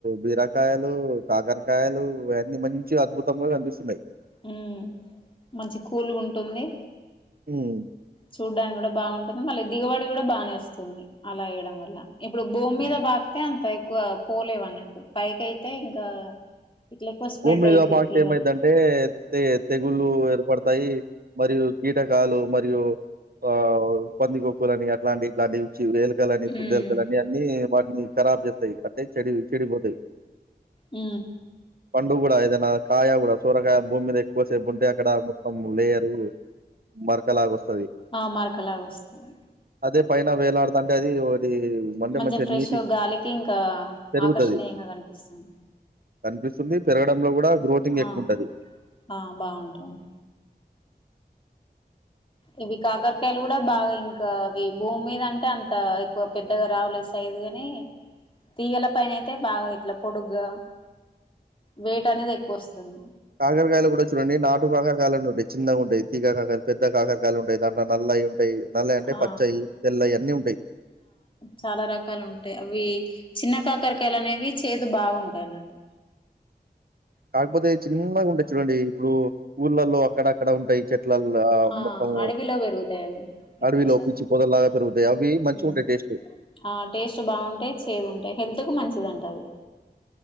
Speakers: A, on the right (about 60°); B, on the left (about 30°).
A: బీరకాయలు, కాకరకాయలు ఇవన్నీ మంచి అద్భుతంగా కనిపిస్తున్నాయి
B: ఉమ్ మంచి కూల్ గా ఉంటుంది.
A: ఉమ్
B: చూడ్డానికి కూడా బాగుంటుంది. మళ్ళీ దిగబడి కూడా బాగానే వస్తుంది అలా వేయడం వల్ల. ఇప్పుడు భూమి
A: హ్మ్.
B: మీద బాకితే అంత ఎక్కువ పోలేవు అన్నట్టు పైకి అయితే ఇంకా. ఇట్లా ఎక్కువ స్ప్రెడ్
A: భూమి మీద
B: అయిద్ది
A: పాకితే
B: తీగలు
A: ఏమయ్యింది అంటే తెగుళ్ళ ఏర్పడతాయి. మరియు కీటకాలు మరియు ఆ పంది కొక్కు లని అట్లాంటివి ఇట్లాంటివి వ ఎలుకలని, కుందేలుకలని
B: ఉమ్
A: అన్నీ వాటిని ఖరాబ్ చేస్తాయి. అంటే చెడి పోతాయి.
B: మ్
A: పండుగ కూడా ఏదైనా కాయ కూడా సోరకాయ భూమి మీద ఎక్కువసేపు ఉంటే అక్కడ మొత్తం లేయరు. మరకలాగస్తుంది.
B: ఆ మరకలాగ వస్తుంది.
A: అదే పైన వేలాడుతుంటే అది అంటే
B: మంచిగా ఫ్రెష్
A: నీటి
B: గాలికి ఇంకా
A: పెరుగుతది.
B: ఆకర్షణీయంగా కనిపిస్తుంది.
A: కనిపిస్తుంది. పెరగడంలో కూడా గ్రోతింగ్ ఎక్కువఉంటాది.
B: ఆ ఆ బాగుంటుంది ఇవి కాకరకాయలు కూడా బాగా ఇంకా భూమి మీద అంటే అంత ఎక్కువ పెద్దగా రావులేసైజ్. లేదు కాని తీగల పైన అయితే బాగా ఇట్లా పొడుగ్గా వెయిట్ అనేది ఎక్కువ వస్తుంది
A: కాకరకాయల్లో కూడా చూడండి. నాటు కాకరకాయలుని పచ్చు చిన్నగా ఉంటాయి. తీగ కాకర పెద్ద కాకరకాయలుంటాయి. దాంట్లో నల్లవి ఉంటాయి. నల్లయి అంటే
B: ఆ
A: పచ్చయి, తెల్లయి అన్నీ ఉంటాయి.
B: చాలా రకాలు ఉంటాయి. అవి చిన్న కాకరకాయలు అనేవి చేదు బాగుంటాయి అన్నట్టు.
A: కాకపోతే చిన్నగా ఉంటాయి చూడండి. ఇప్పుడు ఊర్లలో అక్కడ అక్కడ ఉంటాయి. మళ్ళా
B: ఆ
A: మొత్తం
B: అడవిలో పెరుగుతాయి అవి ఎక్కువ
A: అడవిలో
B: శాతం
A: పిచ్చి పొదల్లాగా పెరుగుతాయి అవి మంచిగ
B: ఉమ్.
A: ఉంటాయి టేస్ట్.
B: ఆ టేస్ట్ బాగుంటాయి. చేదు ఉంటాయి. హెల్త్ కు మంచిదింట అవి.